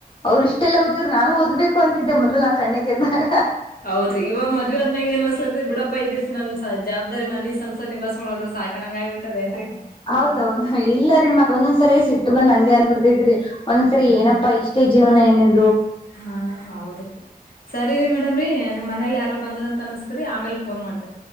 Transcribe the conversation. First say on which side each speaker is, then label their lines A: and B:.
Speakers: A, on the left; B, on the left.
A: ಅವರು ಇಷ್ಟೆಲ್ಲ ಓದಿದ್ರು ನಾನು ಓದ್ಬೇಕು ಅಂತಿದ್ದೆ ಮೊದ್ಲು ನಾನ್ ಸಣ್ಣಕ್ಕೆದ್ದಾಗ.
B: ಹೌದ್ರೀ ಇವ ಮದ್ ಆದ್ಮ್ಯಾಗ ಏನ್ ಅನ್ಸ್ಲತ್ರಿ ಬಿಡಪ್ಪ ಇದೀರಿ ನನ್ ಜವಾಬ್ದಾರಿ ಮಿ ಸಂಸಾರ ಸ ನಿಭಸ್ಕೊಂಡ ಹೋದ್ರ ಸಾಕನಂಗಗಿ ಬಿಟ್ಟದ ಏನ್ರಿ
A: ಹೌದೌದ ಇಲ್ಲರಿಗ ಮತ್ ಒಂದೊಂದ್ಸರಿ ಸಿಟ್ಟ ಬಂದ್ ಹಂಗೆ ಅಂದನ್ಬಿಡ್ತ ಇದ್ರಿ ಒಂದ್ಸರಿ
B: ಹಾ
A: ಏನಪ್ಪ
B: ರೀ
A: ಇಷ್ಟ ಇ ಜೀವನಾ ಇನ <inaudible>
B: ಹಾ ಹೌದ್ರಿ ಸರಿ ರಿ ಮೇಡಮ ರಿ ನಮ್ಮ್ ಮನೇಲಿ ಯಾರೋ ಬಂದ್ರಂತ ತನಸ್ತೀರಿ ಆೇ ಫೋನ್ ಮಾಡತ